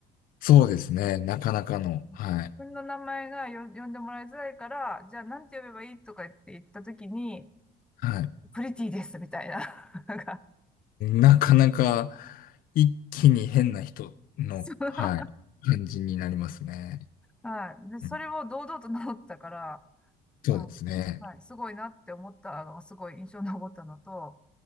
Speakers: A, on the left; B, in the centre.
A: そうですね。なかなかの。
B: 自分の名前がよ呼んでもらいづらいから、
A: はい。
B: じゃあなんて呼べばいいとか言って言ったときに、
A: はい。
B: プリティですみたいな。<laughs> なんか、
A: なかなか一気に変な人の、
B: そう、
A: はい。感じになりますね。
B: はい。で、それを堂々と名乗ったから、
A: うんそうですね。
B: あはい、すごいなって思ったのがすごい印象に残ったのと、